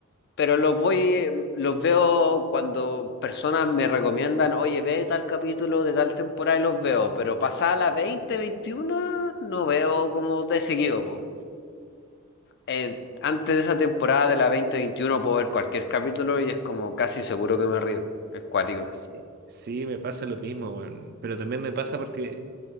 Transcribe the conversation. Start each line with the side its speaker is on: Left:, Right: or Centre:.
Left: Pero los voy, los veo cuando personas me recomiendan, oye, ve tal capítulo de tal temporada y los veo, pero pasada la 20 21, no veo como de seguido, po. Eh, antes de esa temporada de la 20 21 puedo ver cualquier capítulo y es como casi seguro que me río. Es cuático.
Right: Sí. Sí, me pasa lo mismo, weón. Pero también me pasa porque